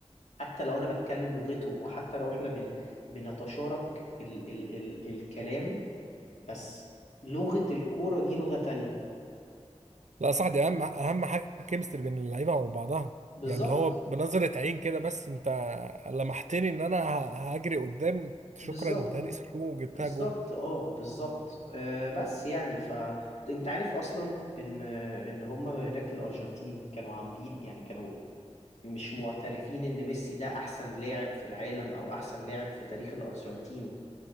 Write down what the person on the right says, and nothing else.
لا صح دي اهم اهم حاجة الكيمستري بين اللعيبة وبعضها
يعني اللي هو بنظرة عين كده بس انت لمحتني ان انا ه- هجري قدام شكرا
اداني سلو وجبتها
جون